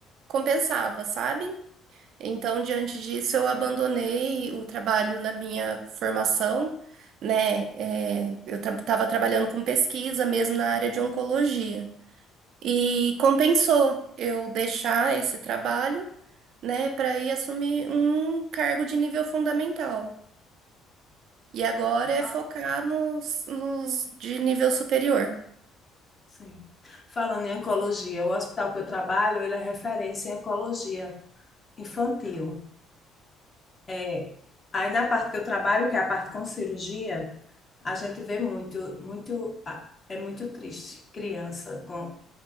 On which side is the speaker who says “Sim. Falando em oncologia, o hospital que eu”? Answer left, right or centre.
Left